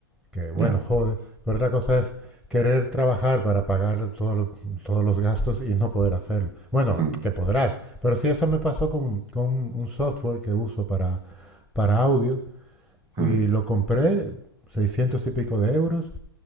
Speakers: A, in the centre; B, on the right.
A: que bueno,
B: ya.
A: jode, pero otra cosa es querer trabajar para pagar todo lo- todos los gastos y no poder hacerlo. Bueno,
B: mm,
A: que podrás, pero sí eso me pasó con, con un- un software que uso para, para audio
B: mm,
A: y lo compré 600 y pico de euros